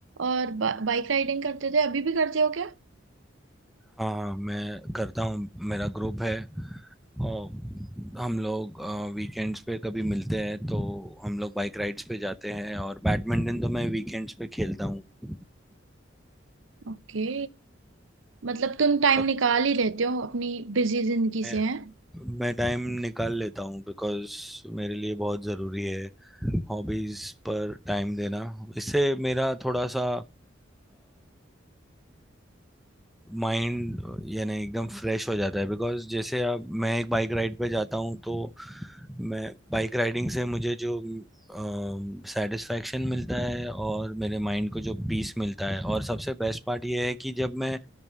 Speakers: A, on the right (about 85°); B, in the centre.
A: और बा, बाइक राइडिंग करते थे अभी भी करते हो क्या
B: हाँ हाँ मैं करता हूँ मेरा ग्रुप है और हम लोग वीकेंड्स पे कभी मिलते हैं तो हम लोग बाइक राइड्स पे जाते हैं और बैडमिंटन तो मैं वीकेंड्स पे खेलता हूँ
A: ओके मतलब तुम टाइम
B: बहुत
A: निकाल ही लेते हो अपनी बिजी जिंदगी
B: मैं
A: से हैं
B: मैं टाइम निकाल लेता हूँ बिकॉज मेरे लिए बहुत ज़रूरी है हॉबीज़ पर टाइम देना इससे मेरा थोड़ा सा माइंड यानी एकदम फ्रेश हो जाता है बिकॉज जैसे अब मैं एक बाइक राइड पे जाता हूँ तो मैं बाइक राइडिंग से मुझे जो सेटिस्फैक्शन मिलता है और मेरे माइंड को जो पीस मिलता है और सबसे बेस्ट पार्ट ये है कि जब मैं